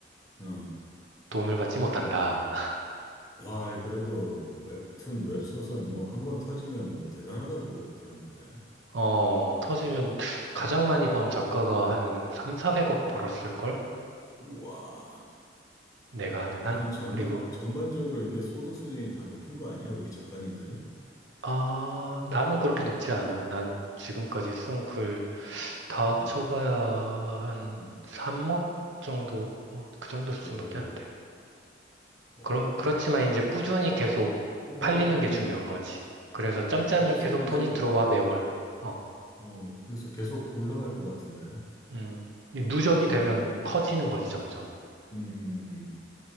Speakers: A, on the left (about 20°); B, on the right (about 70°).
A: 어.
B: 돈을 받지 못한다.
A: 와, 그래도 뭐 웹툰, 웹소설 뭐 한 번 터지면 뭐 대단하다고 들었는데.
B: 어, 터지면 가장 많이 번 작가가 한 3, 400억 벌었을걸?
A: 우와.
B: 내가 아는 한?
A: 아니, 전반,
B: 그리고,
A: 전반적으로 이게 소득 수준이 다 높은 거 아니야? 우리 작가님들은?
B: 아, 나는 그렇게 높지 않아. 난 지금까지 쓴 글
A: 음,
B: 다 합쳐봐야
A: 음,
B: 한
A: 음.
B: 3억 정도? 뭐, 그 정도 수준밖에
A: 오,
B: 안 돼.
A: 어.
B: 그렇, 그렇지만 이제 꾸준히 계속
A: 아, 근데,
B: 팔리는 게
A: 어,
B: 중요한 거지. 그래서 짬짬이
A: 계속
B: 계속 돈이
A: 이제,
B: 들어와, 매월. 어,
A: 어, 그래서 계속 올라갈 것 같은데.
B: 음. 이 누적이 되면
A: 음,
B: 커지는 거지, 점점.
A: 음, 음, 음.